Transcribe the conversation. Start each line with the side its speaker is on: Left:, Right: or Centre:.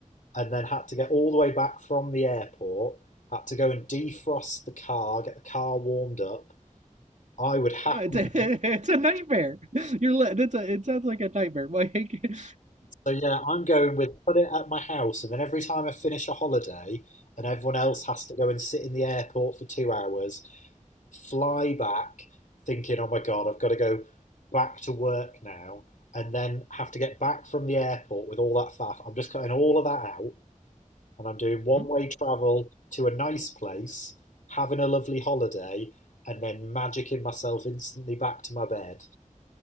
Left: and then had to get all the way back from the airport, had to go and defrost the car, get the car warmed up. I would happily.
Right: Oh, it's a, <laughs> it's a nightmare. You're li- it's a it sounds like a nightmare. Like <laughs>
Left: So yeah, I'm going with put it at my house, and then every time I finish a holiday, and everyone else has to go and sit in the airport for two hours, fly back thinking, oh my God, I've got to go back to work now and then have to get back from the airport with all that faff. I'm just cutting all of that out and I'm doing one
Right: Mhm.
Left: way travel to a nice place, having a lovely holiday, and then magicking myself instantly back to my bed.